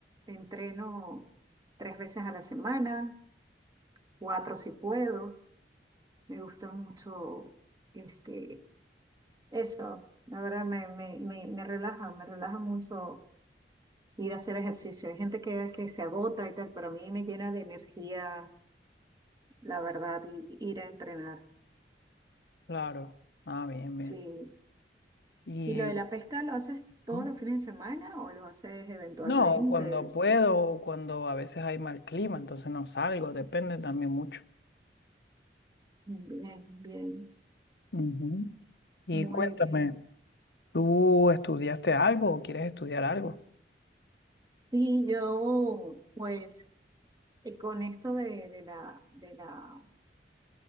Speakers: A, on the right; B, on the left.
A: Entreno tres veces a la semana, cuatro si puedo. Me gusta mucho este, eso. La verdad me, me, me, me relaja, me relaja mucho ir a hacer ejercicio. Hay gente que, que se agota y tal, pero a mí me llena de energía, la verdad, y, y ir a entrenar.
B: Claro. Ah, bien, bien.
A: Sí.
B: Y
A: ¿Y lo de la pesca lo haces todos
B: ujú,
A: los fines de semana o lo haces eventualmente?
B: No, cuando puedo, cuando a veces hay mal clima, entonces no salgo, depende también mucho.
A: Bien, bien,
B: Ujú. Y
A: muy
B: cuéntame,
A: bien.
B: ¿tú estudiaste algo o quieres estudiar algo?
A: Sí, yo, pues, eh, con esto de, de la, de la